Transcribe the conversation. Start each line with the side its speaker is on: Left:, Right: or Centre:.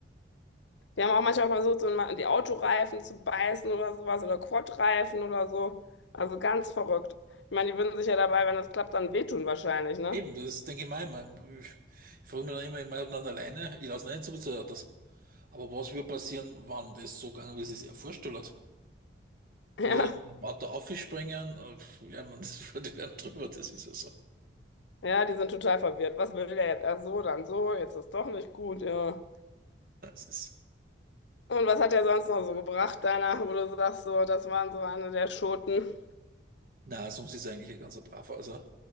Left: Die haben auch manchmal versucht, so mal die Autoreifen zu beißen oder sowas oder Quadreifen oder so. Also ganz verrückt. Ich meine, die würden sich ja dabei, wenn das klappt, dann wehtun wahrscheinlich, ne?
Right: eben, das denke ich mir immer. Ich, ich frage mich dann immer, ich meine, ob nicht alleine, ich lasse nicht so viel zu den Autos. Aber was würde passieren, wenn das so gegangen wäre, wie sie es sich er vorgestellt hat?
Left: <laughs>
Right: Würde
Left: Ja.
Right: ein Auto aufspringen? Äh, Ja, man <laughs> das fährt einem drüber, das ist ja so.
Left: Ja, die sind total verwirrt. Was will der jetzt? Erst so, dann so, jetzt ist doch nicht gut. Ja.
Right: Das ist,
Left: Und was hat er sonst noch so gebracht, deiner, wo du sagst, so, das waren so eine der Schoten?
Right: na, sonst ist er eigentlich ein ganzer Braver. Also,